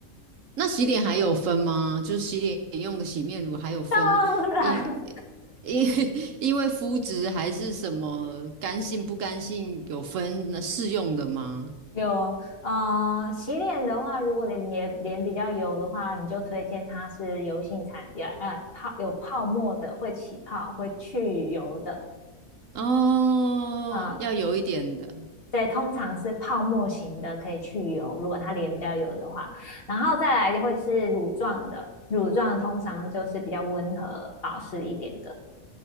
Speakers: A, on the right (about 65°); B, on the left (about 45°).
A: 那洗脸还有分吗？就是洗脸用的洗面乳还有分，
B: 当然。
A: 因因 <laughs> 因为肤质还是什么干性不干性有分那适用的吗？
B: 有，嗯呃，洗脸的话，如果你脸脸比较油的话，你就推荐它是油性产，也呃泡有泡沫的，会起泡，会去油的，
A: 哦，
B: 啊、
A: 要有一点的
B: 对，通常是泡沫型的可以去油，如果它脸比较油的话，然后再来就会是乳状的，乳状通常就是比较温和保湿一点的，